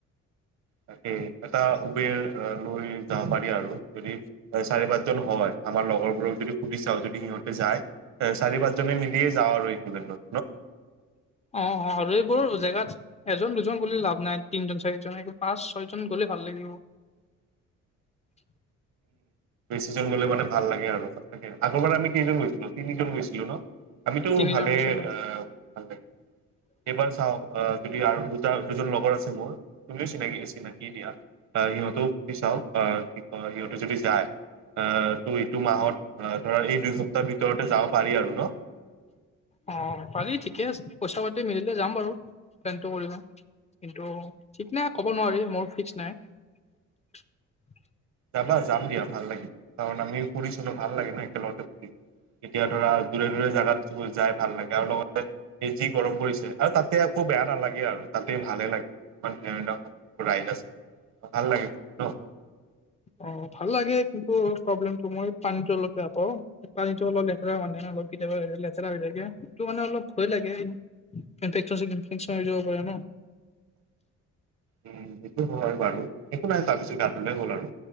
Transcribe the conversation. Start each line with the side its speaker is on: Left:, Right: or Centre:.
Right: তাকেই এটা উবেৰ লৈ যাব পাৰি আৰু যদি চাৰি পাঁচ জন হয় আমাৰ লগৰবোৰক যদি সুধি চাও যদি সিহঁতে যায় এ চাৰি পাঁচজনে মিলিয়ে যাওঁ আৰু একুকেণ্ডত
Left: অ অ আৰু এইবোৰ জেগাত। এজন দুজন গলে লাভ নাই তিনজন চাৰিজন এক পাঁচ ছয়জন গ'লে ভাল লাগিব। <unintelligible>
Right: চিজন গ'লে মানে ভাল লাগে আৰু ছবে। আগৰবাৰ আমি কেইজন গৈছিলো? তিনিজন গৈছিলোঁ ন আমিতো
Left: তিনিজন
Right: ভালে
Left: গৈছিলো
Right: ভাল অ
Left: <inaudible>
Right: এইবাৰ চাও আহ যদি আৰু দুটা দুজন লগৰ আছে মোৰ তুমিও চিনাকি- চিনাকি দিয়া সিহঁতেও সুধি চাও, বা কি কয় সিহঁতে যদি যায়। অহ ত' এইটো মাহত ধৰা এই দুই সপ্তাহ ভিতৰতে যাব পাৰি আৰু ন?
Left: অ পাৰি ঠিকে আছে, পইচা-পাতি মিলিলে যাম বাৰু প্লেনটো কৰিবা। কিন্তু ঠিক নাই ক'ব নোৱাৰি মোৰ ফিক্স নাই।
Right: যাবা যাম দিয়া ভাল লাগিল, কাৰণ আমি ফুৰিছিলো ভাল লাগে ন একেলগতে ফুৰি। এতিয়া ধৰা দূৰে-দূৰে জাগাত যাই ভাল লাগে, আৰু লগতে যি গৰম পৰিছে, আৰু তাত- তে একো বেয়া নালাগে আৰু তাতেই ভালে লাগে। মান ধুনীয়া ধুনীয়া <unintelligible> আছে ভাল লাগে ন।
Left: অ ভাল লাগে কিন্তু প্ৰব্লেমটো মই পানীটো অলপ বেয়া পাওঁ, পানীটো অলপ লেতেৰা মানে অলপ দেৱা' লেতেৰা হৈ থাকে। মানে অলপ ভয় লাগে, ইনফেকচন চিনফেকচন হৈ যাব পাৰে ন।
Right: উম সেইটো হয় বাৰু একো নাই তাৰ পিছত গা ধোলে হ'ল আৰু,